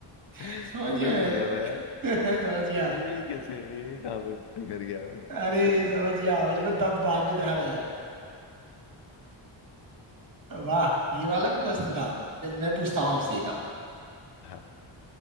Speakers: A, on the right; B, on the left.
A: <laughs>
B: मैं
A: समझ गया
B: वही
A: मैं
B: सोच रहा था यार
A: <laughs> समझ गया
B: ये कैसे ये कहाँ पे बिखर गया
A: अरे
B: सही
A: समझ गया मेरे को तब बाद में ध्यान आया वाह ये वाला भी मस्त था फिर मैं पूछता हूँ
B: हम्म,
A: आपसे एक अब
B: हाँ